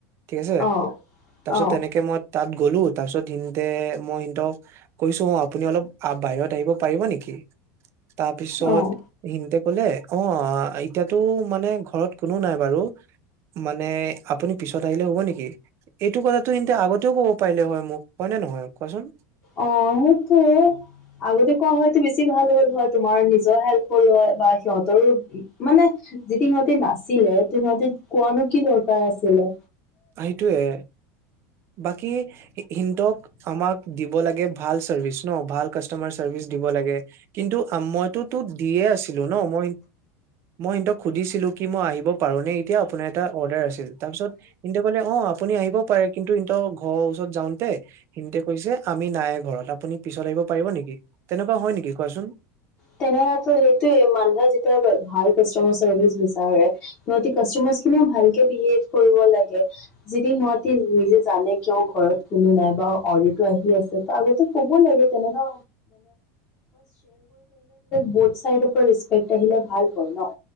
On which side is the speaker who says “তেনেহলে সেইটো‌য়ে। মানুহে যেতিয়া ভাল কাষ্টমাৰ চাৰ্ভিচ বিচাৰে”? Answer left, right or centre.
Left